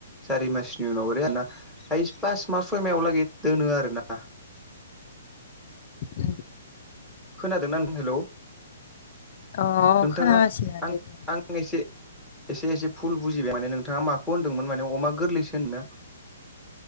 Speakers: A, in the centre; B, on the left (about 55°).
A: सारि मासनि उनाव ओरै आरना पास मास सयमायावलागै दोनो आरोना।
B: उम‌।
A: खोनादों ना नों हेलौ।
B: अ अ
A: नोंथाङा
B: खोनागासिनो
A: आं
B: दे बुं।
A: आं एसे एसे एसे फुल बुजिबाय माने नोंथाङा माखौ होनदोंमोन माने अमा गोरलैसो होनदों ना?